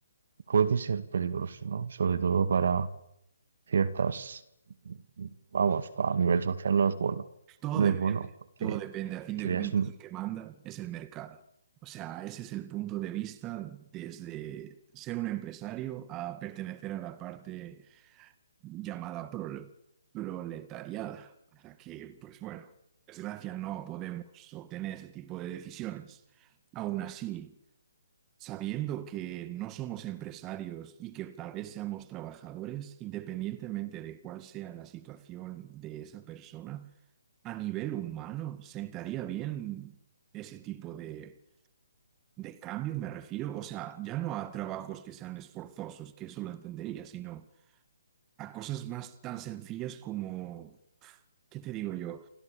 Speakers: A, on the right; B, on the right.
A: puede ser peligroso, ¿no? Sobre todo para ciertas, vamos, a nivel social no es bueno.
B: Todo
A: No
B: depende,
A: es bueno porque
B: todo depende. A fin
A: creas
B: de cuentas,
A: un...
B: el que manda es el mercado. O sea, ese es el punto de vista desde ser un empresario a pertenecer a la parte llamada prole- proletariada, a la que, pues bueno, desgracia no podemos obtener ese tipo de decisiones. Aún así, sabiendo que no somos empresarios y que tal vez seamos trabajadores, independientemente de cuál sea la situación de esa persona, a nivel humano, ¿sentaría bien ese tipo de, de cambios me refiero? O sea, ya no a trabajos que sean esforzosos, que eso lo entendería, sino a cosas más tan sencillas como, ¿qué te digo yo?